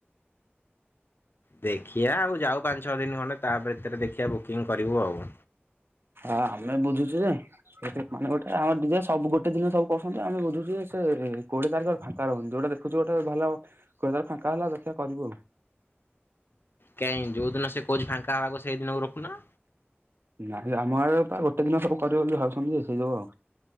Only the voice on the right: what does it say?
ଆ ଆମେ ବୁଝୁଛୁ ଯେ ସେ ମାନେ ଗୋଟେ ଆମର ଡିଜେ ସବୁ ଗୋଟେ ଦିନ ସବୁ କରୁଛନ୍ତି ଯେ, ଆମେ ବୁଝୁଛୁ ଯେ ସେ କୋଡିଏ ତାରିଖରେ ଫା କା ରୋଉନି ଯୋଉଟା ଦେଖୁଛୁ ଗୋଟେ ଭଲ <unintelligible> ଫାଙ୍କା ହେଲା ଦେଖିଆ କରିବୁ ଆଉ।
ନାହିଁ ଆମ ଆ ପା ଗୋଟେ ଦିନ ସବୁ କରିବେ ବୋଲି ଭାବୁଛନ୍ତି ଯେ ହେଇଯିବ ଆଉ। ହଁ